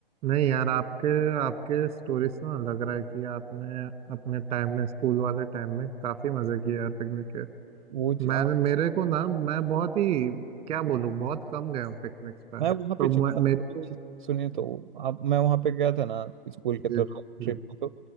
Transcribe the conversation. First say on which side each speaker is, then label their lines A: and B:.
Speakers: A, on the right (about 20°); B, on the right (about 55°).
A: नहीं यार आपके आपके स्टोरी से ना लग रहा है कि आपने अपने टाइम में स्कूल वाले टाइम में काफ़ी मज़े किए यार पिकनिक के।
B: वो चीज़-
A: मैंने मेरे को ना मैं बहुत ही क्या बोलूँ बहुत कम गया हूँ पिकनिक्स पे
B: मैं
A: तो
B: वहां पे चला
A: मैं- मेरे को
B: सुनिए तो आप मैं वहां पे गया था ना स्कूल के
A: जी
B: तरफ ट्रिप
A: जी
B: तो